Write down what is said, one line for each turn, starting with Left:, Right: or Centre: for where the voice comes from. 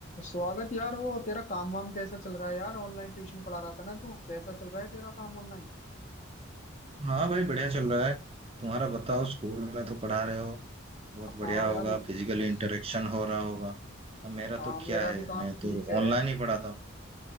Left: स्वागत यार वो तेरा काम वाम कैसा चल रहा है यार ऑनलाइन ट्यूशन पढ़ा रहा था ना तू कैसा चल रहा है तेरा काम ऑनलाइन
Right: हाँ भाई बढ़िया चल रहा है तुम्हारा बताओ स्कूल में तो पढ़ा रहे हो बहुत बढ़िया
Left: हाँ
Right: होगा
Left: यार
Right: फिजिकल इंटरेक्शन
Left: इस
Right: हो रहा होगा अब मेरा
Left: हाँ
Right: तो
Left: मेरा
Right: क्या है
Left: भी काम
Right: मैं
Left: ठीक
Right: तो
Left: है
Right: ऑनलाइन ही पढ़ाता हूँ